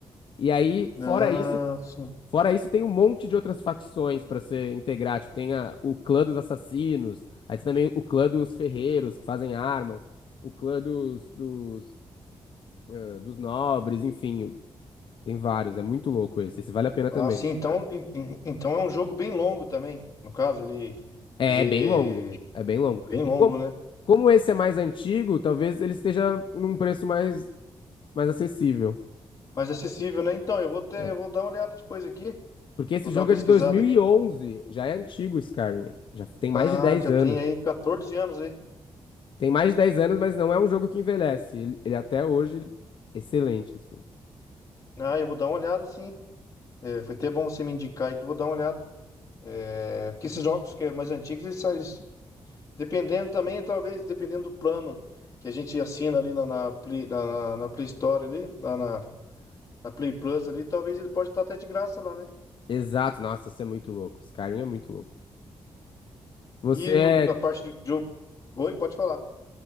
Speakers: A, on the left; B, on the left.
A: E aí, fora
B: Ah,
A: isso,
B: sim.
A: Fora isso, tem um monte de outras facções pra você integrar. Tipo, tem a- o clã dos assassinos, aí tem também o clã dos ferreiros que fazem armas, o clã dos, dos, eh, dos nobres, enfim. Tem vários, é muito louco esse. Esse vale a pena
B: Ah,
A: também,
B: sim.
A: esse,
B: Então,
A: cara.
B: en- en- então é um jogo bem longo também. No caso, ele,
A: É
B: ele
A: é bem longo,
B: é
A: é bem longo.
B: bem longo,
A: E como,
B: né?
A: como esse é mais antigo, talvez ele esteja num preço mais, mais acessível.
B: Mas acessível, né? Então, eu vou ter,
A: É.
B: eu vou dar uma olhada depois aqui.
A: Porque esse
B: Vou dar
A: jogo
B: uma pesquisada
A: é de dois mil
B: aqui.
A: e onze, já é antigo, Skyrim. Já tem mais
B: Ah,
A: de 10
B: já
A: anos.
B: tem aí 14 anos aí.
A: Tem mais de 10 anos, mas não é um jogo que envelhece. Ele, ele até hoje, ele- excelente, assim.
B: Ah, eu vou dar uma olhada, sim. Eh, foi até bom você me indicar aí que eu vou dar uma olhada. É, porque esses jogos que é mais antigos, eles são, eles- dependendo também, talvez, dependendo do plano que a gente assina ali na, na, Play, na, na Play Store ali, na, na, na Play Plus ali, talvez ele pode estar até de graça lá, né?
A: Exato, nossa, isso é muito louco. Skyrim é muito louco. Você
B: E
A: é,
B: no- na parte de jogo. Oi, pode falar.